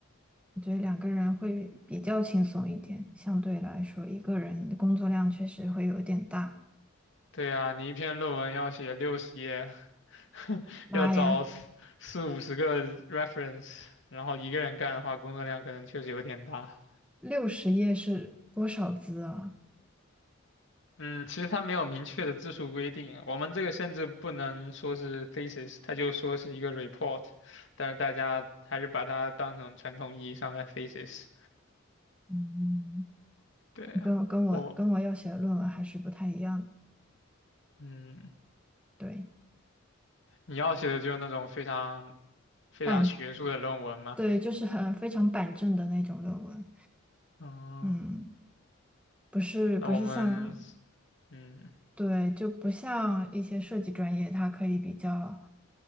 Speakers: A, in the centre; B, on the left (about 60°).
A: 我觉得两个人会比较轻松一点，相对来说，一个人的工作量确实会有点大。
B: 对啊，你一篇论文要写六十页，<laughs>
A: 妈呀，
B: 要找四四五十个 reference，然后一个人干的话，工作量可能确实有点大。
A: 六十页是多少字啊？
B: 嗯，其实它没有明确的字数规定，我们这个甚至不能说是 thesis，它就说是一个 report，但是大家还是把它当成传统意义上的 thesis。
A: 嗯，
B: 对，
A: 跟跟我跟我要写的论文还是不太一样的。
B: 我，嗯，
A: 对，
B: 你要写的就是那种非常非常学术的论文嘛。
A: 板，对，就是很非常板正的那种论文。
B: 嗯，
A: 嗯，不是不是像。
B: 那我们，嗯
A: 对，就不像一些设计专业，它可以比较